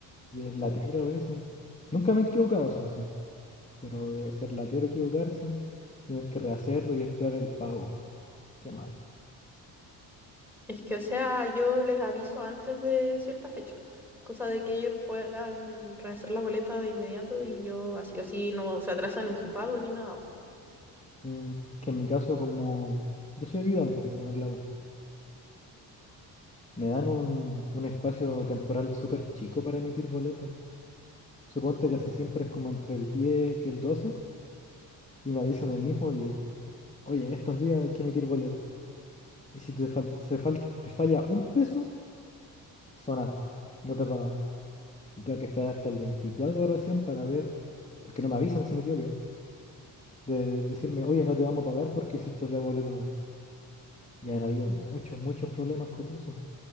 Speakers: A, on the left (about 15°); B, in the centre.
A: y es latero a veces. Nunca me he equivocado, eso sí. pero debe ser latero equivocarse, tener que rehacerlo y esperar el pago. Qué mal.
B: es que, o sea, yo les aviso antes de cierta fecha. cosa de que ellos puedan rehacer la boleta de inmediato y yo así o así no se atrasan en su pago ni nada.
A: Mm, es que en mi caso, como yo soy ayudante por el lado, me dan un, un espacio temporal súper chico para emitir boletas. Suponte que casi siempre es como entre el 10 y el 12 y me avisan el mismo 10. Oye, estos días hay que emitir boletas. Y si te, falta, se fal- te falla un peso, sonaste, no te pagamos. Y tengo que esperar hasta el 24 recién para ver, porque no me avisan si me equivoqué de decirme, oye, no te vamos a pagar porque hiciste la boleta mal. Y han habido muchos, muchos problemas con eso.